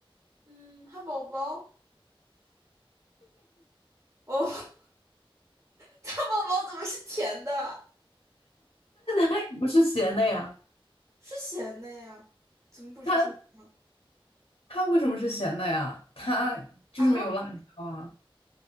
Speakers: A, on the right (about 35°); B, on the left (about 85°).
A: 嗯，汉堡包，哦，<laughs> 汉堡包怎么是甜的？
B: 它也不是咸的呀。
A: 是咸的呀？怎么不是咸的？
B: 它它为什么是咸的呀？它就是没有辣椒啊。
A: 啊？